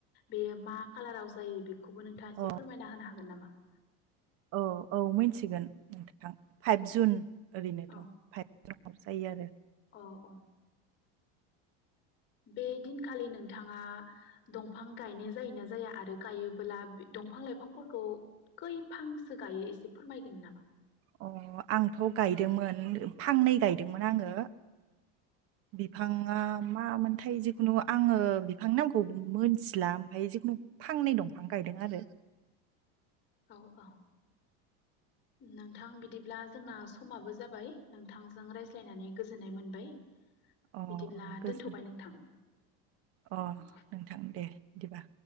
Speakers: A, on the left (about 35°); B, on the right (about 45°).
A: बेयो मा कालाराव जायो बेखौ बेखौबो नोंथाङा
B: अ
A: एसे फोरमायना होनो हागोन नामा <inaudible>
B: औ औ मोनथिगोन नोंथां फाइभ जुन ओरैनोथ'
A: औ
B: फाइ जाब जायो आरो
A: अ अ बे दिनखालि नोंथाङा दंफां गायनाय जायोना जाया आरो गायोबोला दंफां लाइफांफोरखौ खैफांसो गायो एसे फोरमायगोन नामा
B: अ आंथ' गायदोंमोन फांनै गायदोंमोन आङो बिफाङा
A: औ
B: मा मोनदों ओमफ्राय जिखुनु आङो बिफां नांगौ मोनथिला ओमफ्रायाय जिखुनु फांनै दंफां गायदों आरो
A: औ औ नोंथां बिदिब्ला जोंना समाबो जाबाय नोंथांजों रायज्लायनानै गोजोननाय मोनबाय
B: अ
A: बिदिब्ला
B: अ गोजोन
A: दोनथ'बाय नोंथां।
B: अ
A: औ
B: नोंथां दे बिदिबा